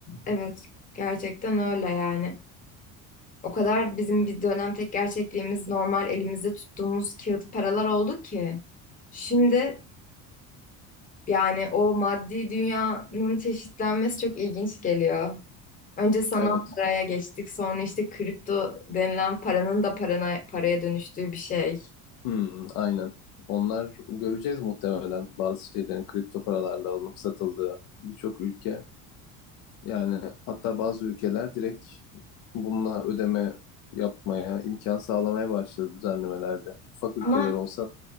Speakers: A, on the left; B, on the left.
A: Evet, gerçekten öyle yani. O kadar bizim bir dönem tek gerçekliğimiz normal elimizde tuttuğumuz kağıt paralar oldu ki. Şimdi Yani o maddi dünyanın çeşitlenmesi çok ilginç geliyor. Önce sanal
B: Evet,
A: paraya geçtik, sonra işte kripto denilen paranın da parana, paraya dönüştüğü bir şey.
B: hmm, aynen. Onlar göreceğiz muhtemelen bazı şeylerin kripto paralarla alınıp satıldığı birçok ülke. Yani hatta bazı ülkeler direkt bununla ödeme yapmaya, imkan sağlamaya başladı düzenlemelerde. Ufak ülkeler
A: Ama
B: olsa.